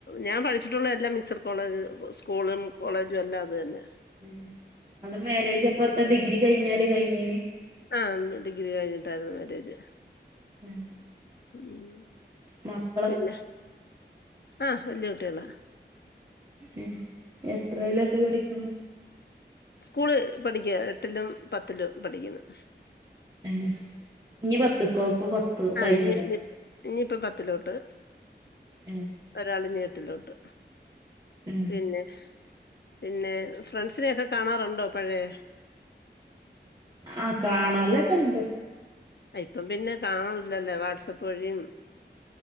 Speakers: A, on the left; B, on the right.
A: ഞാൻ പഠിച്ചിട്ടുള്ള എല്ലാ മിക്സഡ് കോളേജ് സ്കൂളും കോളേജുല്ലാം അതെന്നെ
B: ഉം അത് മാരേജ് അപ്പത്തെ ഡിഗ്രി കഴിഞ്ഞാരെ കഴഞ്ഞീന്ന്
A: ആഹ് ഡിഗ്രി കഴിഞ്ഞിട്ടായിരുന്നു മാരേജ്
B: ഉം
A: ഉം
B: മക്ക
A: പിന്നെ ആഹ് വല്ല്യ കുട്ട്യേളാ
B: ഉം എത്രയിലൊക്കെ പഠിക്കണ്
A: സ്കൂള് പഠിക്യ എട്ടിലും പത്തിലും പഠിക്ക്ന്ന്
B: ഉം ഇഞ്ഞി പത്ത്ക്കോ പ്പ പത്ത്
A: ആഹ്
B: കഴിഞ്ഞതോ
A: ഇഞ്ഞി ഇഞ്ഞി ഇഞ്ഞിപ്പ പത്തിലോട്ട്
B: ഉം
A: ഒരാളിഞ്ഞി എട്ടിലോട്ട്
B: ഉം
A: പിന്നെ പിന്നെ ഫ്രണ്ട്സിനെക്കെ കാണാറുണ്ടോ പഴേ
B: ആഹ് കാണലൊക്കെണ്ട്
A: ഇപ്പം പിന്നെ കാണൂല്ലല്ലേ വാട്സആപ്പ് വഴിം